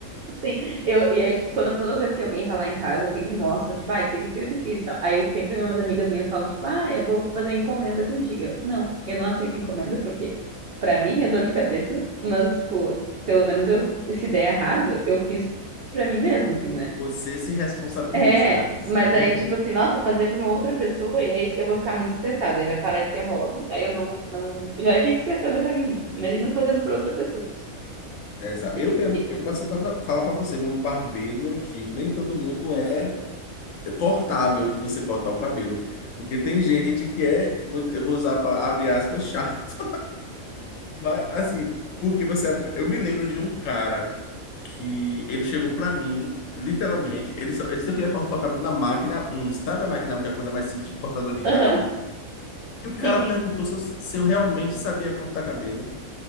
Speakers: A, on the right; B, on the left.
A: Sim, eu, e aí, tipo, quando, toda vez que alguém vai lá em casa, eu sempre mostro, tipo, ah, isso aqui foi o que fiz e tal. Aí sempre umas amigas minhas falam, tipo, ah, eu vou fazer encomenda contigo. Eu, não, eu não aceito encomenda porque, pra mim, é dor de cabeça, mas, tipo, pelo menos eu, se der errado, eu fiz pra mim mesmo, assim, né?
B: Você se responsabiliza,
A: É,
B: né? Você
A: mas aí, tipo assim, nossa, fazer pra uma outra pessoa, e aí eu vou ficar muito estressada, aí vai parar de ser hobby, aí eu não, não, já fico estressada pra mim. Imagina fazendo pra outra pessoa.
B: Exato.
A: E-
B: Eu mesmo,
A: e-
B: eu passei para falar para você, como barbeiro, eu digo, nem todo mundo é cortável de você cortar o cabelo, porque tem gente que é, vou dizer- eu vou usar para abre aspas, chato, mas assim, porque você, é, eu me lembro de um cara que ele chegou para mim, literalmente, ele só, ele disse que eu queria cortar o cabelo na máquina um sabe a máquina 1 que é a coisa mais simples, tipo cortador de grama?
A: Aham,
B: E o
A: sim,
B: cara
A: sim.
B: perguntou se eu, se eu realmente sabia cortar cabelo.